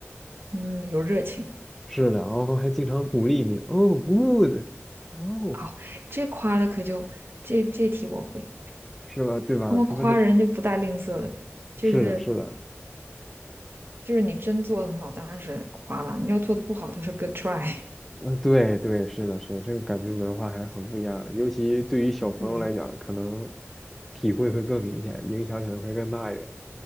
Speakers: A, on the right; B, in the centre.
A: 嗯，有热情。
B: 是的，然后还经常鼓励你，哦，good，哦，
A: 哦，这夸的可就这这题我会，
B: 是吧？对吧？
A: 他们夸人就不带吝啬的，
B: 他们这
A: 就是
B: 是的，是的，
A: 就是你真做的很好，当然是夸了；你要做的不好，他说 good try。
B: 嗯，对对，是的，是的，这个感觉文化还是很不一样的，尤其对于小朋友来讲，
A: <laughs> 对。
B: 可能体会会更明显，影响可能会更大一点。